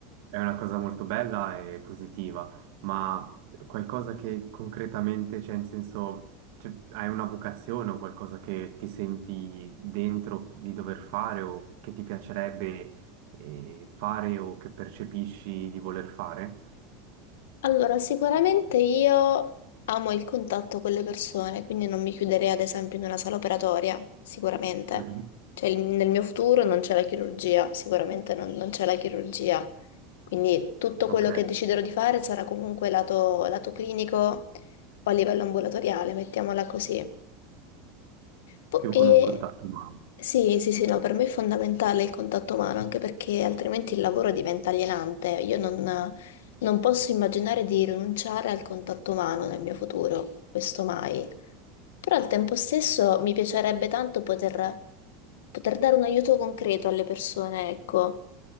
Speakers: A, on the right; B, on the left.
A: è una cosa molto bella e positiva, ma qualcosa che concretamente, cioè in senso, cioè, hai una vocazione o qualcosa che ti senti dentro di dover fare o che ti piacerebbe eh, fare o che percepisci di voler fare?
B: Allora, sicuramente io amo il contatto con le persone, quindi non mi chiuderei ad esempio in una sala operatoria, sicuramente.
A: Mhm.
B: Cioè, il- nel mio futuro non c'è la chirurgia, sicuramente non, non c'è la chirurgia. Quindi tutto
A: Ok,
B: quello che deciderò di fare sarà comunque lato, lato clinico o a livello ambulatoriale, mettiamola così. Po-
A: più
B: E...
A: con un contatto umano.
B: Sì, sì, sì, no, per me è fondamentale il contatto umano, anche perché altrimenti il lavoro diventa alienante. Io non, non posso immaginare di rinunciare al contatto umano nel mio futuro, questo mai. Però al tempo stesso mi piacerebbe tanto poter, poter dare un aiuto concreto alle persone, ecco,